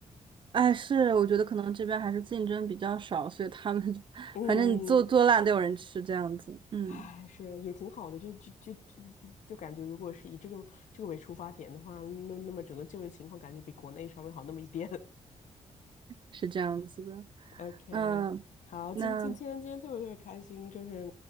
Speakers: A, on the right (about 40°); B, on the left (about 70°).
A: 哎，是，我觉得可能这边还是竞争比较少，所以他们 <laughs>
B: 嗯，
A: 反正你做做烂都有人吃，这样子，嗯，
B: 唉，是也挺好的，就就就就就感觉如果是以这个这个为出发点的话，那那么整个就业情况感觉比国内稍微好那么一点。
A: 是这样子的。
B: OK，
A: 嗯，
B: 好，
A: 那
B: 今今天今天特别特别开心，就是